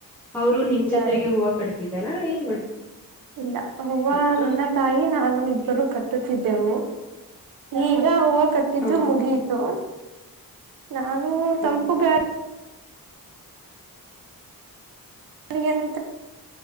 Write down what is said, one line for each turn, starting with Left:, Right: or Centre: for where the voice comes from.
Centre: ಅವರು ನಿಮ
Right: ತಾರೆ
Centre: ಜೊತೆಗೆ ಹೂವು ಕಟ್ತಿದ್ದಾರಾ ಏನ್ ಮಾಡ
Right: ಇಲ್ಲ ಹ್ವ
Centre: ಹೌದಾ
Right: ನನ್ನ ತಾಯಿ ನಾನು ಇಬ್ಬರು ಕಟ್ಟುತ್ತ ಿದ್ದೆವು ಈಗ ಹೂವು ಕಟ್ಟಿದ್ದು
Centre: ಹ
Right: ಮುಗಿಯಿತು ನಾನು
Centre: ಹ
Right: ತಂಪುಗಾರ ಯನ್